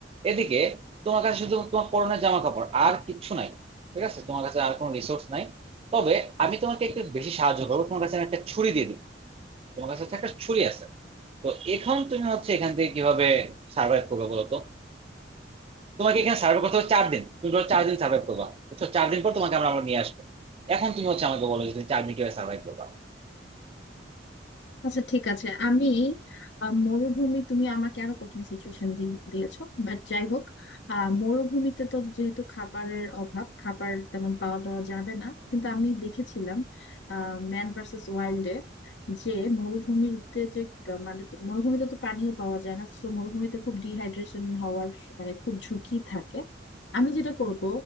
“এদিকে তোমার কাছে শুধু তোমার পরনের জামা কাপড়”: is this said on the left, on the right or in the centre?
Right